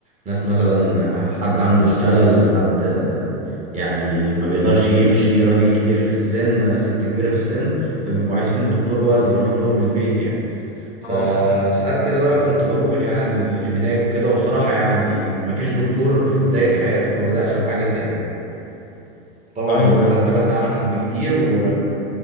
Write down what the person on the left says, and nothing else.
اه
اه ايوه
ايوه فاهم